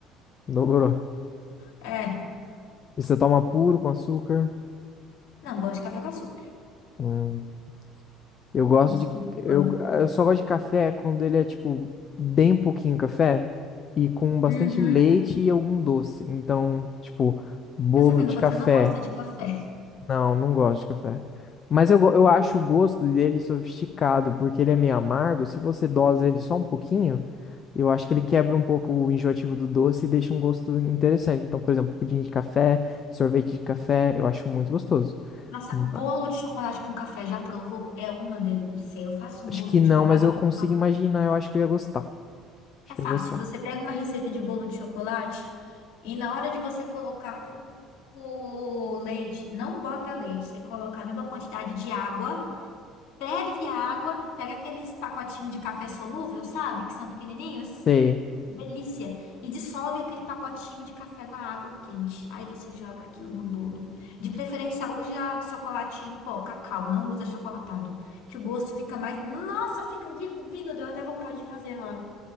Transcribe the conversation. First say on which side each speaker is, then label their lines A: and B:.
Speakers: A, on the left (about 40°); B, on the left (about 60°).
A: Dobrou.
B: É.
A: E você toma puro com açúcar?
B: Não gosto de café com açúcar.
A: Hum. Eu gosto
B: Não sou
A: de.
B: muito
A: Eu,
B: fã.
A: eu só gosto de café quando ele é, tipo, bem pouquinho café e com bastante
B: Uhum.
A: leite e algum doce. Então, tipo, bolo
B: Resumindo,
A: de
B: você
A: café.
B: não gosta de café.
A: Não, não gosto de café. Mas eu, go- eu acho o gosto dele sofisticado, porque ele é meio amargo. Se você dosa ele só um pouquinho, eu acho que ele quebra um pouco o enjoativo do doce e deixa um gosto interessante. Então, por exemplo, pudim de café, sorvete de café, eu acho muito gostoso.
B: Nossa,
A: Ma-
B: bolo de chocolate com café, já provou? É uma delícia. Eu faço um
A: Acho
B: bolo
A: que
B: de
A: não,
B: chocolate
A: mas eu
B: com
A: consigo
B: café.
A: imaginar, eu acho que eu ia gostar. Achei
B: É fácil.
A: gostar.
B: Você pega uma receita de bolo de chocolate e na hora de você colocar o, o leite, não bota leite, você coloca a mesma quantidade de água Ferve a água, pega aqueles pacotinhos de café solúvel, sabe? Que são pequenininhos.
A: Sei.
B: Delícia. E dissolve aquele pacotinho de café na água quente. Aí você joga aquilo no bolo. De preferência, usa chocolate em pó, cacau. Não usa achocolatado. Que o gosto fica mais. Nossa, fica divino. Deu até vontade de fazer agora.